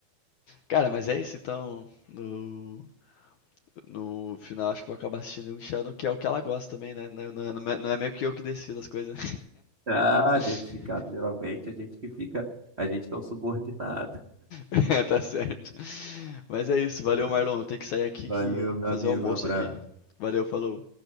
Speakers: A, on the left; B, on the right.
A: Cara, mas é isso então. No, no final, acho que eu vou acabar assistindo Young Sheldon, que é o que ela gosta também, né? Não, é, não- é não é meio que eu que decido as coisas.
B: Ah,
A: <laughs>
B: dentro de casa, geralmente, a gente que fica, a gente que é um subordinado.
A: <laughs> É, tá certo. Mas é isso, valeu,
B: né?
A: Marlon. Tem que sair aqui
B: Valeu,
A: que
B: meu
A: fazer
B: amigo.
A: o almoço
B: Um abraço.
A: aqui. Valeu, falou.